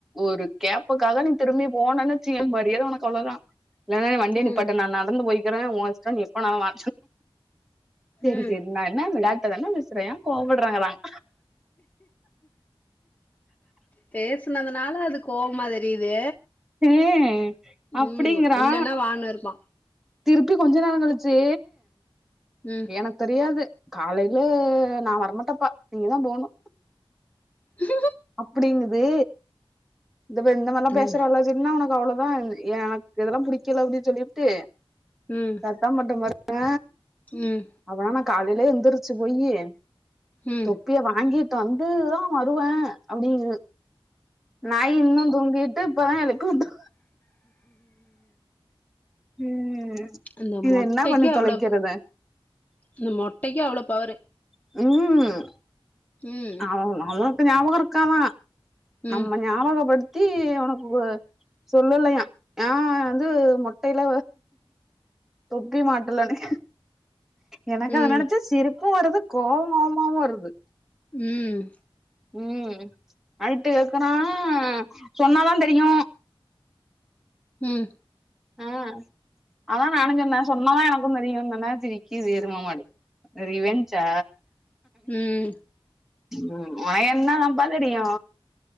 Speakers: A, in the centre; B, on the left.
A: ஒரு கேப்புக்காக நீ திரும்பி போனன் வெச்சிக்கயே மரியாத உனக்கு அவ்ளோதா இல்லனா நீ வண்டிய நிப்பாட்டு
B: ம்
A: நா நடந்து போய்க்கிறே ஓ இஸ்டோ நீ எப்பனாலு வா சேரி
B: ம்
A: சேரி நா என்ன விளாட்டா தான பேஸ்றே ஏ கோவப்பட்றங்கிறாங்
B: பேஸ்னதுனால அதுக் கோவமா தெரியிது
A: ஏ அப்டிங்கிறா
B: ம் இல்லன்னா வான்னுருப்பா
A: திருப்பி கொஞ்ச நேரங் கழிச்சு
B: ம்
A: எனக் தெரியாது காலைல நா வரமாட்டப்பா நீங்க தா போணு
B: ஹ
A: அப்டிங்குது இதப்பார் இந்த மார்லா
B: ம்
A: பேசற வேல்லா வெச் சிக்ட்னா உனக்கு அவ்ளோ தா இது எனக்கு இதெல்லா புடிக்கல அப்டின் சொல்லிப்ட்டு
B: ம்
A: கா மட்டமார்க்ங்க
B: ம்
A: அப்பனா நா காலைலே எந்திருச்சு போயி
B: ம்
A: இப்பயே வாங்கீட் வந்து தா வருவே அப்டிங்குது நாயி இன்னு தூங்கிட் டு இப்ப தா எழுப்வுட்டோ ம்
B: அந்த
A: இது
B: மொட்டைக்கு
A: என்னா பண்ணி தொலைக்கறது
B: அவ்ளோ இந்த மொட்டைக்கு அவ்ளோ பவரு
A: ம்
B: ம்
A: அவோ அவன்க்கு ஞாபகோ இருக்காதா
B: ம்
A: நம்ம ஞாபகப்படுத்தி உனக்கு கு சொல்லலையா ஏ அவ வந்து மொட்டைல தொப்பி மாட்டலனு எனக்
B: ம்
A: அத நெனச்சா சிரிப்பு வருது கோவ்ங்கோவ்மாவு வருது
B: ம்
A: ம் அழ்ட்டு கேக்குறான் சொன்னாதா தெரியு
B: ம்
A: ஆ அதா நானுஞ்சொன்ன சொன்னா எனக்குந் தெரியு சொன்ன சிரிக்கிது எரும மாடு ரிவஞ்ச்சா
B: ம்
A: ம் ஒய்ணா நம்பா ன்னடியா